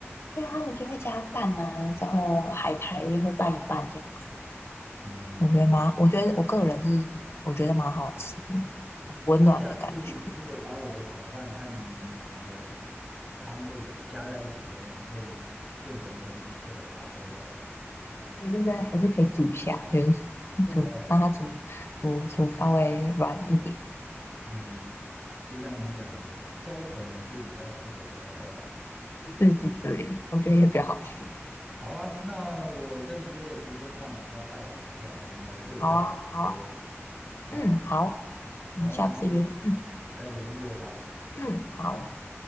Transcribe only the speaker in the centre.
嗯，
所以下次如果把我的炒饭和你煮的汤类加在一起，可能也可以变成一个不错的杂炊料理，我觉得。
哦，嗯，就像你讲的，粥可能是比较适合消化的。
好啊，那我跟你约个时间到你家拜访一下，我们来做一下展规吧。
好，
好，
那就
再联络吧。